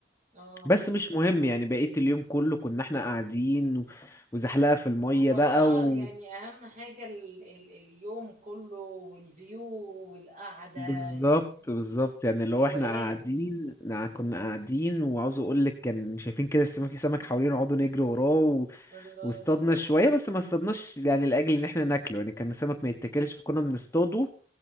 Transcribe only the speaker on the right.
اه
هو
اه
يعني اهم حاجة ال ال اليوم كله والفيو والقعدة
يعني
روقان
الله